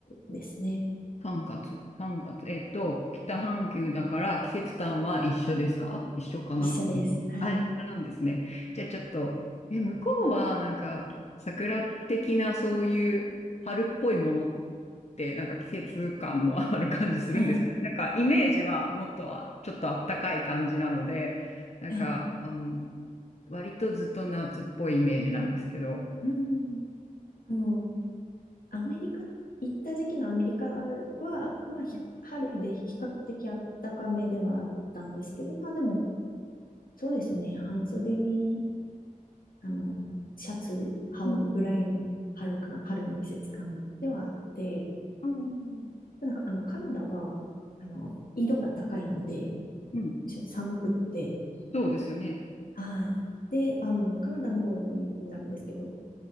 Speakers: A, on the left; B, on the left.
A: ですね。
B: 3月、3月。えっと、北半球だから季節感は一緒ですか一緒かなうんあ、
A: 一緒です。はい。
B: 一緒なんですね。じゃあちょっと、え、向こうはなんか桜的なそういう春っぽいものってなんか季節感のある感じするんですかね。
A: はい。
B: なんかイメージはもっとあちょっとあったかい感じなので、なんか、
A: はい。
B: あの、割とずっと夏っぽいイメージなんですけど。
A: うん。あの、アメリカ、行った時期のアメリカは、まあ、ひ春で比較的暖かめではあったんですけど、
B: うん
A: まあでも、そうですね、半袖に、あの、シャツ羽織るぐらいの春か、
B: うん
A: 春の季節感ではあって、
B: うん。
A: ただ、あの、カナダは、あの、緯度が高いので、
B: うん、
A: むしろ寒くって、
B: そうですよね。
A: はい。で、あの、カナダの方になるんですけど、